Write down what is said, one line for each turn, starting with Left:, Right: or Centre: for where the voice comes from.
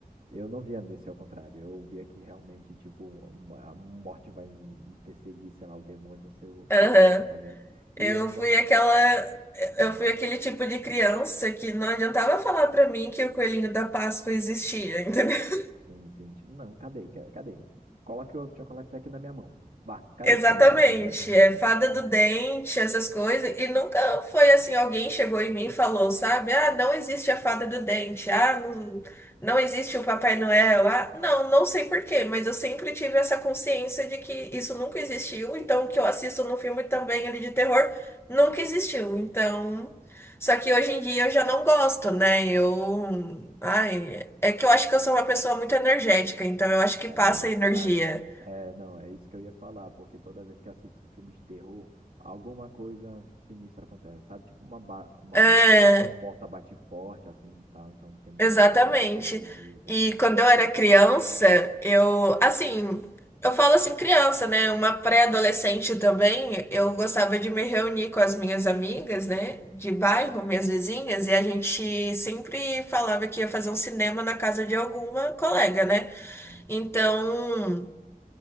Right: eu não via desse ao contrário, eu via que realmente, tipo, uma- a morte vai me perseguir, sei lá, o demônio, não sei o quê,
Left: Aham.
Right: tá ligado?
Left: Eu
Right: E eu, uma...
Left: fui aquela.
Right: hum,
Left: Eu fui aquele tipo de criança que não adiantava falar pra mim que o coelhinho da Páscoa existia, <laughs>
Right: sim, sim, tipo, não, cadê, Ca- cadê? Coloque o chocolate aqui na minha mão. Vá, cadê?
Left: Exatamente,
Right: <laughs>
Left: é fada do dente, essas coisas, e nunca foi assim, alguém chegou em mim e falou, sabe? Ah, não existe a fada do dente, ah, não, não existe o Papai Noel, ah, não, não sei por quê, mas eu sempre tive essa consciência de que isso nunca existiu, então o que eu assisto no filme também ali de terror nunca existiu, então... Só que hoje em dia eu já não gosto, né? Eu... Ai, é que eu acho que eu sou uma pessoa muito energética, então eu acho que
Right: É,
Left: passa energia.
Right: pra mim. É, não, é isso que eu ia falar, porque toda vez que assisto um filme de terror, alguma coisa sinistra acontece, sabe? Tipo uma, ba- uma
Left: É,
Right: porta bate forte, assim e tal. Então tem muito
Left: Exatamente.
Right: essa parada de energia, tá
Left: E
Right: ligado?
Left: quando eu era criança, eu, assim, eu falo assim criança, né? Uma pré-adolescente também, eu gostava de me reunir com as minhas amigas, né? De bairro, minhas vizinhas, e a gente sempre falava que ia fazer um cinema na casa de alguma colega, né?
Right: Uhum.
Left: Então,